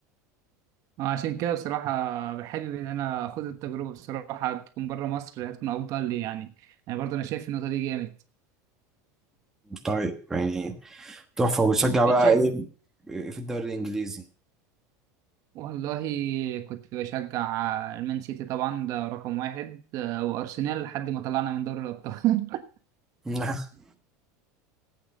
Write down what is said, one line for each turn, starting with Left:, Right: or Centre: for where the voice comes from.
Right: آه، عشان كده بصراحة بحابب إن أنا أخد التجربة بصراحة تكون بره مصر هتكون أفضل لي يعني يعني برضه أنا شايف النقطة دي جامد
Centre: طيب يعني تحفة وبتشجع
Right: بتشجع
Centre: بقى إيه في الدوري الإنجليزي
Right: والله كنت بشجع المان سيتي طبعا ده رقم واحد آه، وأرسنال لحد ما طلعنا من دوري الأبطال <laughs>
Centre: <laughs>